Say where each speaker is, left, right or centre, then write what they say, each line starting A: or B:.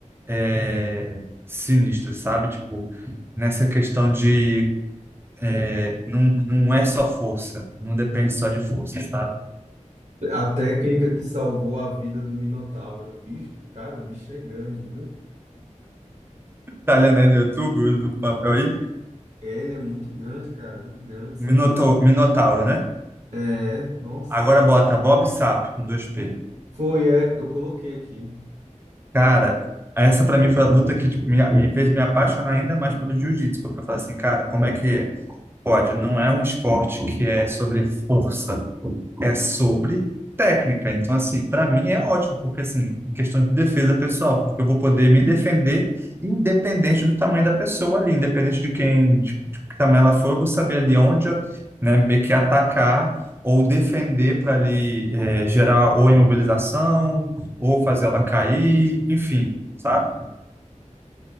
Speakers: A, on the right; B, on the right.
A: é, sinistro, sabe? Tipo, nessa questão de é, não, não é só força, não depende só de força, sabe?
B: A técnica que salvou a vida do Minotauro. O bicho, o cara, o bicho é grande, viu?
A: Tá olhando aí no YouTube, no papel aí?
B: Ele é muito grande, cara, muito grande, isso
A: Minotou-
B: é doido.
A: Minotauro, né?
B: É, nossa.
A: Agora bota Bob Sapp com dois p
B: Foi, é, eu coloquei aqui.
A: Cara, essa pra mim foi a luta que tipo, me, me fez me apaixonar ainda mais pelo jiu-jitsu, porque eu falei assim, cara, como é que é?" Pode, não é um esporte que é sobre força, é sobre técnica. Então, assim, para mim é ótimo, porque, assim, em questão de defesa pessoal, porque eu vou poder me defender independente do tamanho da pessoa ali, independente de quem, de, de que tamanho ela for, eu vou saber ali onde, né, meio que atacar ou defender para ali eh, gerar ou imobilização, ou fazer ela cair, enfim, sabe?